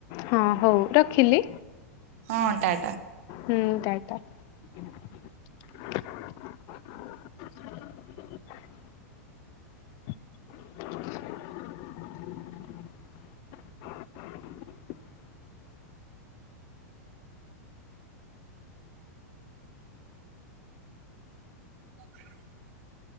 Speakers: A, on the left; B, on the right.
A: ହଁ ହଉ ରଖିଲି
B: ହଁ ଟାଟା
A: ହୁଁ ଟା ଟା। <unintelligible> <unintelligible> <unintelligible>
B: <unintelligible>